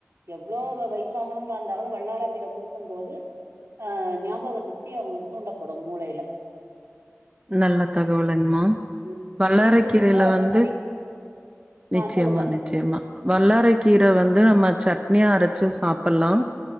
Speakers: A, on the right (about 65°); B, on the right (about 20°).
A: எவ்வளவு வயசானவங்களா இருந்தா கூட வல்லாரக்கீரை கொடுக்கும் போது அஹ் ஞாபக சக்தி அவங்களுக்கு தூண்டப்படும் மூளையில
B: நல்லா தகவல் துங்மா
A: ம்
B: வல்லறைக்கீரைல
A: பீட்ரூட் கூட அந்த
B: வந்து
A: மாரி
B: நிச்சயமா
A: ஆ சொல்லுங்க
B: நிச்சயமா வல்லறைக்கீரை வந்து நம்ம சட்னியா அரைச்சு வச்சு சாப்பிடலாம்